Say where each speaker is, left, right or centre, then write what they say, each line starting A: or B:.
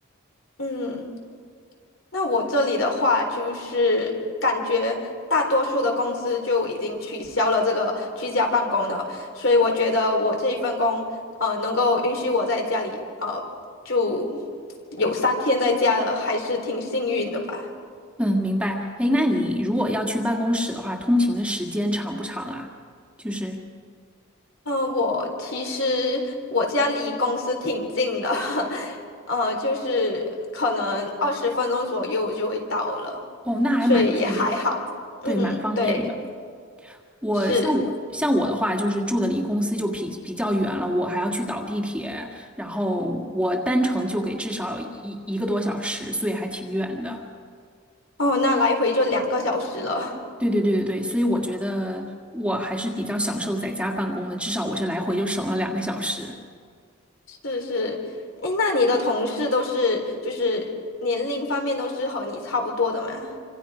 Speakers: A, on the left; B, in the centre.
A: 嗯，那我这里的话，就是感觉大多数的公司就已经取消了这个居家办公了，所以我觉得我这一份工，呃，能够允许我在家里，呃，就有三天在家了，还是挺幸运的吧。
B: 嗯，明白。哎，那你如果要去办公室的话，通勤的时间长不长啊？就是，
A: 嗯，我其实我家离公司挺近的，<laughs> 呃，就是可能二十分钟左右就会到了，
B: 哦，那还蛮近的，
A: 所以也还好。嗯，
B: 对，蛮方便的。
A: 对，
B: 我像我像我的话，
A: 是。
B: 就是住的离公司就比比较远了，我还要去倒地铁，然后我单程就给至少一一个多小时，所以还挺远的。
A: 哦，那来回就两个小时了。
B: 对对对对对，所以我觉得我还是比较享受在家办公的，至少我这来回就省了两个小时。
A: 是是。诶，那你的同事都是就是年龄方面都是和你差不多的吗？